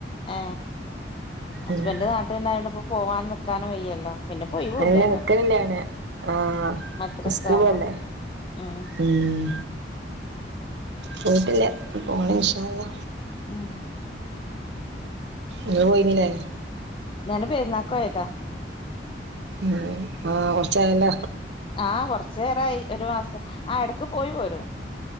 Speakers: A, on the left; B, on the right.
A: ഏ ഹസ്ബൻഡ്
B: ഉം
A: നാട്ടിലുണ്ടായുകണ്ട് ഇപ്പോ പോവാനും നക്കാനും വയ്യല്ലോ പിന്നെ പോയിവൂല്ലല്ലോ
B: നല്ല നിക്കലല്ലാണ് ആഹ
A: മദ്രസ
B: സ്കൂള
A: ആവുമ്പോ
B: അല്ലേ
A: ഉം
B: ഉം വീട്ടില്ലേ പോണ വിഷല്ല
A: ഉം
B: ഇ പോയിനില്ലേ
A: ഞൻ പേരുന്നക്കോ ഏതാ
B: ഉ ആഹ കൊറച്ചായല്ല
A: ആഹ കൊറച്ചു നേേരായി ഒരു മാസം ആ എടക്ക് പോയി പോരോ